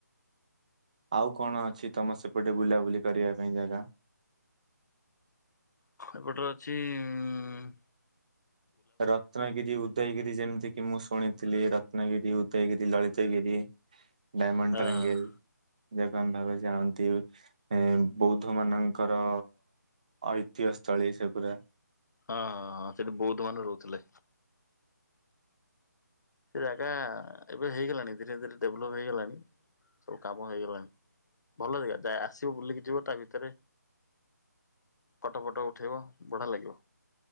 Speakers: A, on the right; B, on the left.
A: ଆଉ କଣ ଅଛି ତମ ସେପଟେ ବୁଲାବୁଲି କରିବା ପାଇଁ ଜାଗା?
B: ଏପଟରେ ଅଛି ଉମ୍
A: ରତ୍ନଗିରି ଉଦୟଗିରି ଯେମତି କି ମୁଁ ଶୁଣିଥିଲି ରତ୍ନଗିରି ଉଦୟଗିରି ଲଳିତଗିରି। ଡାଇମଣ୍ଡ
B: ହଁ
A: ଟ୍ରାଙ୍ଗେଲ୍।
B: ହଁ
A: ଦେବାମ୍ ଭାବେ ଯାଆନ୍ତି ଏଁ ବୌଦ୍ଧମାନଙ୍କର ଐତିହ୍ୟ ସ୍ଥଳୀ ସେ ପୁରା।
B: ହଁ ହଁ ହଁ ସେଠି ବୌଦ୍ଧମାନେ ରହୁଥିଲେ। ସେ ଜାଗା ଏବେ ହେଇ ଗଲାଣି ଧୀରେ ଧୀରେ ଡେଭଲପ୍ ହେଇ ଗଲାଣି ସବୁ କାମ ହେଇ ଗଲାଣି। ଭଲ ଜାଗା ଯା ଆସିବ ବୁଲିକି ଯିବ ତା ଭିତରେ। ଫଟ ଫଟ ଉଠେଇବ ବଢ଼ିଆ ଲାଗିବ।